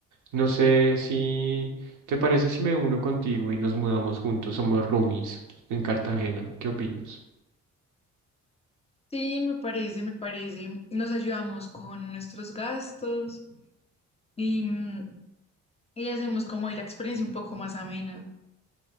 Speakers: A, on the right; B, on the left.
A: No sé si te parece si me uno contigo y nos mudamos juntos, somos roomies en Cartagena. ¿Qué opinas?
B: Sí, me parece, me parece. Nos ayudamos con nuestros gastos y, mm, y hacemos como ahí la experiencia un poco más amena.